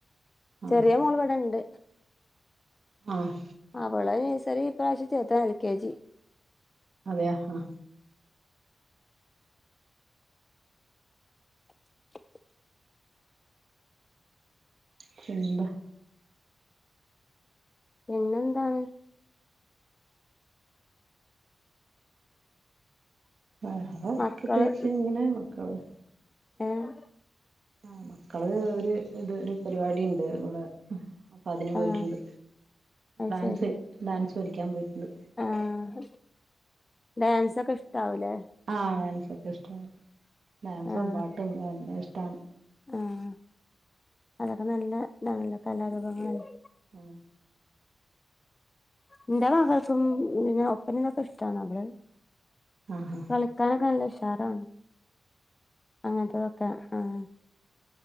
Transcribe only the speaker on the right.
ആഹ്
ആഹ്
അതെയാ ആഹ്
പിന്നെന്താ
വേറെ
പ്രത്യേകിച്ച് ഇങ്ങനെ മക്കള്
ആഹ് മക്കള് ഒരു ഇത് ഒരു പരിവാടി ഉണ്ട് ഇവടെ അപ്പ അതിന് പോയിട്ടുണ്ട്
ഡാൻസ്
ഡാൻസ് പഠിക്കാൻ പോയിട്ട്ണ്ട്
ആഹ് ഡാൻസൊക്കെ ഇഷ്ടാണ് ഡാൻസും
പാട്ടും എന്നെ ഇഷ്ടാണ്
ആഹ്
ആ ഹാ